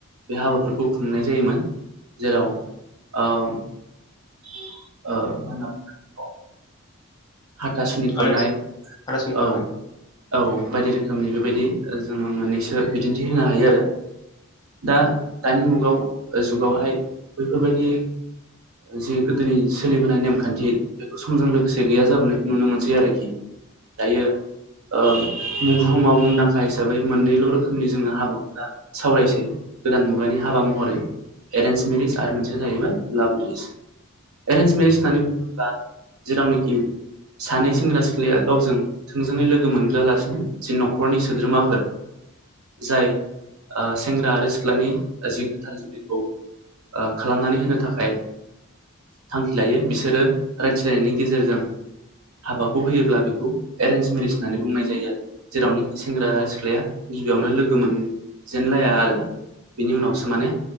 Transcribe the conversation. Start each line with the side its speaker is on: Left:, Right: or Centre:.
Right: बे हाबाफोरखौ खुंनाय जायोमोन, जेराव ओ ओ मा होनना बुंगोन बेखौ, हाथा सुनि खुरनाय।
Left: एरेन्ज हाथासुनि
Right: औ
Left: खुरनाय
Right: औ। बायदि रोखोमनि बेबायदि, जोंङो मोननैसो बिदिन्थि होनो हायो आरो। दा दानि मुगाव ओ जुगावहाय बैफोर बायदि जि गोदोनि सोलिबोनाय नेमखान्थि बेबो समजों लोगोसे गैया जाबो नाय नुनो मोनसै आरोखि दायो, ओ बुहुमाव मुंदांखा हिसाबै मोननैल' रोखोमनि जोंङो हाबाफुला सावरायनोसै? गोदान मुगानि हाबा महरै एरेन्ज मेरिज आरो मोनसेया जाहैबाय लाभ मेरिज, एरेन्ज मेरिेज होननानै बुंङोब्ला जेरावनोखि सानै सेंग्रा सिख्लाया गावजों थोंजोंङै लोगो मोनग्रालासिनो जि न'खरनि सोद्रोमाफोर जाय ओ सेंग्रा आरो सिख्लानि जि गोथार जुलिखौ, ओ खालामनानै होनो थाखाय थांखि लायो बिसोरो रायथिलायनायनि गेजेरजों हाबाखौ होयोब्ला बेखौ एरेन्ज मेरिज होननानै बुंनाय जायो आरो जेरावनोखि सेंग्रा सिख्लाया गिबियावनो लोगो मोनजेनलाया आरो बिनि उनावसो माने